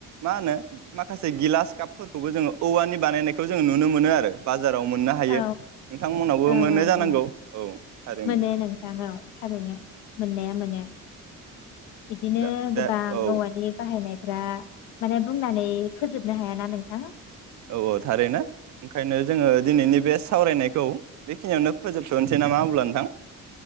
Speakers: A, on the right; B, on the left.
A: मा होनो माखासे गिलास कापफोरखौबो जोङो औवानि बानायनायखौ जोङो नुनो मोनो आरो बा बाजाराव मोननो हायो
B: औ
A: नोंथांमोननावबो
B: औ
A: मोनो
B: औ
A: जानांगौ
B: औ
A: औ थारैनो।
B: मोनो नोंथां औ थारैनो मोननाया मोनो। बिदिनो
A: दा दा
B: गोबां
A: औ
B: औवानि बाहायनाय ब्रा माने बुंनानै फोजोबनो हायाना नों? हा?
A: औ औ थारैनो ओंखायनो जोङो दिनैनि बे सावरायनायखौ बेखिनियावनो फोजोबथ'नोसै नामा अब्ला नोंथां।